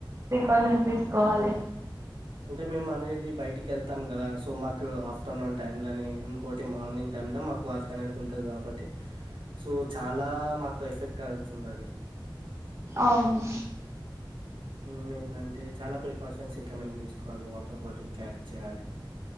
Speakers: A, on the right (about 35°); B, on the right (about 85°).
A: ప్రికాషన్స్ తీసుకోవాలి
B: అంటే మేము అనేడిది బయటికి వెళ్తాం కదా సో మాకు ఆఫ్టర్నూన్ టైంలోని ఇంకోటి మార్నింగ్ టైంలో మాకు వర్క్ అనేది ఉంటుంది కాబట్టి సో చాలా మాకు ఎఫెక్ట్ అ తున్నది
A: అవును
B: మేమేందంటే చాలా ప్రికాషన్స్ ఇంకా మేం తీస్తాం వన్ వాటర్ బాటిల్ క్యారీ చేయాలి